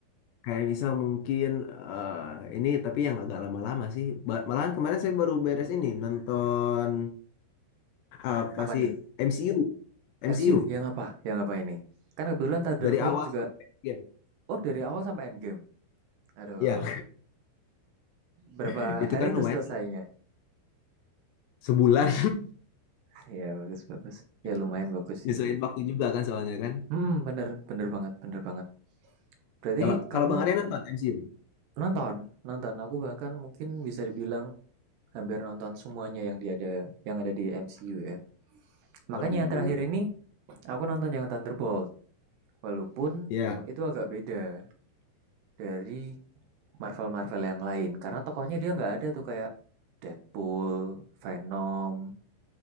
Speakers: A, on the left; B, on the right.
A: Kayak misal mungkin eh, ini tapi yang agak lama-lama sih. Ba- Malahan kemarin saya baru beres ini nonton apa
B: Apa
A: sih
B: nih?
A: MCU, MCU
B: MCU yang apa? Yang apa ini? Kan kebetulan Thunderbolt
A: dari awal
B: juga
A: sampai akhir.
B: oh dari awal sampai Endgame. Aduh,
A: Ya,
B: berapa
A: <laughs> itu
B: hari
A: kan
B: itu
A: lumayan
B: selesainya?
A: tuh, sebulan
B: <laughs> ya bagus bagus.
A: <laughs>
B: Ya lumayan bagus
A: nyesuaiin
B: sih itu.
A: waktu juga kan soalnya kan.
B: Hmm, bener bener banget bener banget. Berarti
A: Kalau
B: kamu
A: kalau Bang Arya nonton MCU.
B: nonton nonton. Aku bahkan mungkin bisa dibilang hampir nonton semuanya yang dia ada yang ada di MCU ya. Makanya
A: Waduh.
B: terakhir ini aku nonton yang Thunderbolt. Walaupun
A: Ya,
B: itu agak beda dari Marvel-Marvel yang lain karena tokohnya dia nggak ada tuh kayak Deadpool, Venom,